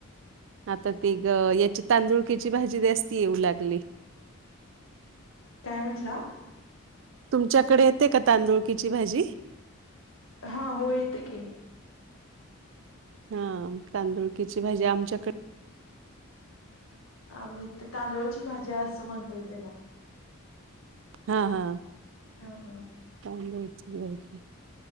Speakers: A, on the right (about 60°); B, on the left (about 70°).
A: आता ती गं, याची तांदुळकीची भाजी जास्ती येऊ लागली.
B: काय म्हटला?
A: तुमच्याकडे येते का तांदुळकयाची भाजी?
B: हा हो येते की
A: हा तांदुळक्याची भाजी आमच्याकडे
B: आ मी ते तांदूळची भाजी आहे असं म्हणतोय त्याला.
A: हा हा.
B: ह हा.
A: तांदुळाची भाजी?